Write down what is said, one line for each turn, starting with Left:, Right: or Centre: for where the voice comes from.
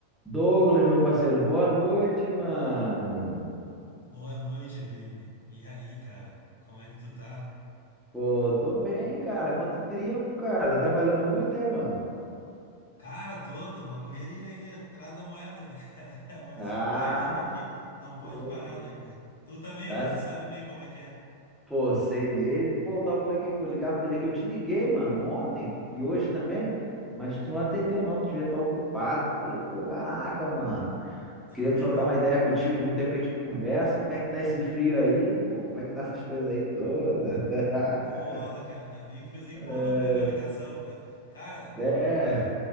Centre: Douglas, meu parceiro, boa noite, mano.
Left: Boa noite, Vini. E aí, cara? Como é que tu tá?
Centre: Pô, tô bem, cara. Quanto tempo, cara? Tá trabalhando muito, é, mano?
Left: Cara, tô, tô numa correria aí, atrás da moeda, né, cara? <laughs> Agora eu
Centre: Ah,
Left: sou pai, né? Tem que. Não pode
Centre: pô.
Left: parar, né, cara? Tu também,
Centre: Tá,
Left: né?
Centre: s-
Left: Tu sabe bem como é que é.
Centre: pô, sei mesmo. Pô, eu tava falando que, pô, ligar pra ele aqui. Eu te liguei, mano, ontem e hoje também, mas tu não atendeu, não. Tu devia estar ocupado. Falei, pô, caraca, mano.
Left: <laughs>
Centre: Queria trocar uma ideia contigo. Muito tempo que a gente não conversa. Como é que tá esse frio aí, pô? Como é que tá essas coisas aí todas? <laughs>
Left: Porra, cara, tá bem friozinho.
Centre: É.
Left: Pô, não vi tua ligação, cara. Cara,
Centre: É.
Left: o